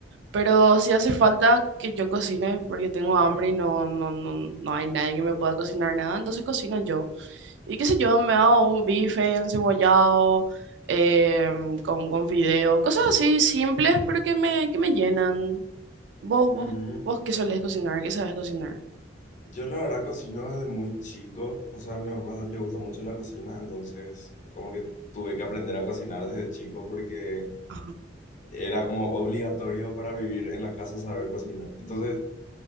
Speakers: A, on the right; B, on the left.
A: Pero si hace falta que yo cocine, porque tengo hambre y no, no, no, no hay nadie que me pueda cocinar nada, entonces cocino yo. Y qué sé yo, me hago un bife encebollado, em, con, con fideo, cosas así simples, pero que me, que me llenan. ¿Vos, vos
B: Mm,
A: ¿Vos qué solés cocinar? ¿Qué sabes cocinar?
B: Yo la verdad cocino desde muy chico. O sea, a mi mamá le gusta mucho la cocina, entonces como que tuve que aprender a cocinar desde chico porque
A: Ajá.
B: era como obligatorio para vivir en la casa saber cocinar. Entonces